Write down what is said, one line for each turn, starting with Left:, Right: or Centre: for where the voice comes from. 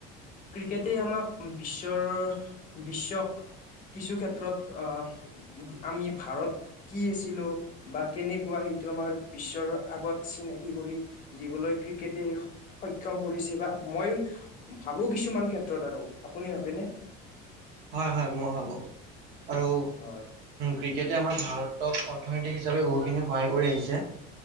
Left: ক্ৰিকেটে আমাক বিশ্বৰ বিশ্বক কিছু ক্ষেত্ৰত আহ আমি ভ ভাৰত কি আছিলো বা কেনেকুৱা সেইটো আমাৰ বিশ্বৰ আগত চিনাকি কৰি ক'বলৈ ক্ৰিকেটে সক্ষম কৰিছে মই ভাবো কিছুমান ক্ষেত্ৰত আৰু আপুনি <unintelligible>
Right: হয় হয় মই ভাবো আৰু
Left: হয়
Right: ক্ৰিকেট এয়া আমাৰ ভাৰতক অৰ্থনীতিক হিচাপে বহুখিনি সহায় কৰি আহিছে